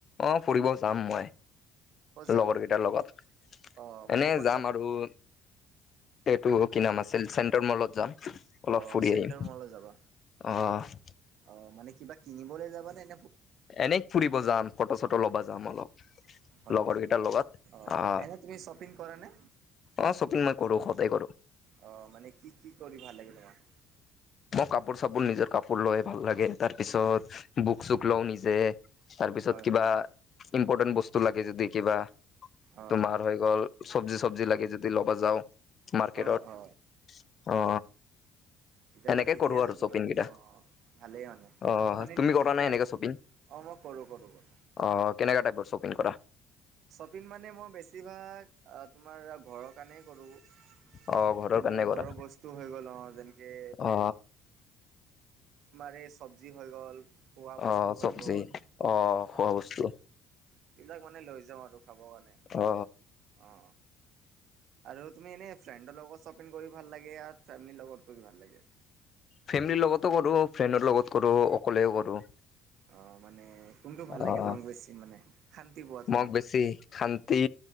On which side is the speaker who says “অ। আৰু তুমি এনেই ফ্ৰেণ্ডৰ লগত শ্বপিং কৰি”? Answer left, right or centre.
Right